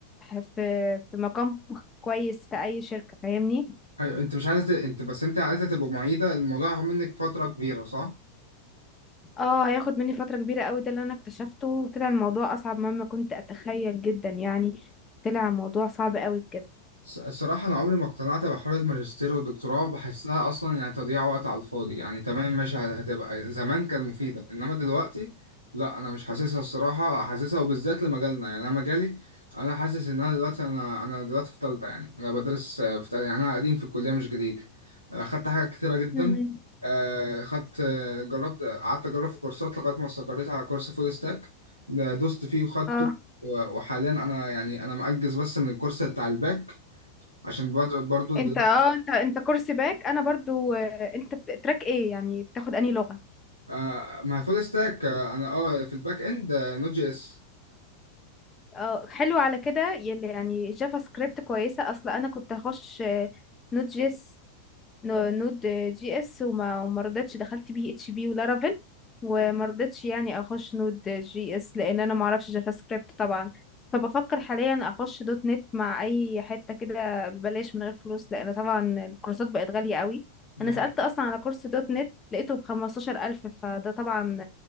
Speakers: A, on the left (about 20°); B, on the right (about 85°).
A: في في مقام كويس في اي شركة فاهمني
B: أيوة، انت مش عايزه ت- انت بس انت عايزه تبقى معيده الموضوع هياخد منك فتره كبيره صح؟
A: اه هياخد مني فترة كبيرة قوي ده اللي انا اكتشفته وطلع الموضوع اصعب مما كنت اتخيل جدا يعني طلع الموضوع صعب قوي بجد
B: الص- الصراحة أنا عمري ما اقتنعت بحوار الماجستير والدكتوراه بحسها أصلا يعني تضييع وقت على الفاضي يعني تمام ماشي هت- هتبقى زمان كانت مفيدة إنما دلوقتي لا أنا مش حاسسها الصراحة حاسسها وبالذات لمجالنا يعني أنا مجالي أنا حاسس إن أنا دلوقتي أنا أنا دلوقتي في تالتة يعني أنا بدرس آه، في تالتة يعني أنا قديم في الكلية مش جديد آه، خدت حاجات كتيرة جدا
A: مم.
B: آه، خدت آه، جربت قعدت أجرب في كورسات لغاية ما استقريت على كورس فول ستاك دوست فيه وخدته
A: اه
B: و- وحاليا أنا يعني أنا مأجز بس من الكورس بتاع الباك عشان برضه برضه
A: انت
B: دلوقتي
A: اه انت انت كورس باك انا برضو آه، انت بت- تراك ايه يعني بتاخد انهي لغة
B: آه مع فول ستاك آه انا اه في الباك اند آه نوت جي اس
A: اه حلو على كده يلي يعني جافا سكريبت كويسة اصل انا كنت هخش نود جي اس نود جي اس وما وما رضيتش دخلت بي اتش بي ولارافيل وما رضيتش يعني اخش نود جي اس لان انا ما اعرفش جافا سكريبت طبعا فبفكر حاليا اخش دوت نت مع اي حتة كده ببلاش من غير فلوس لان طبعا الكورسات بقت غالية قوي انا
B: دي
A: سألت
B: حاجه
A: اصلا على كورس دوت نت لقيته بخمستاشر الف فده طبعا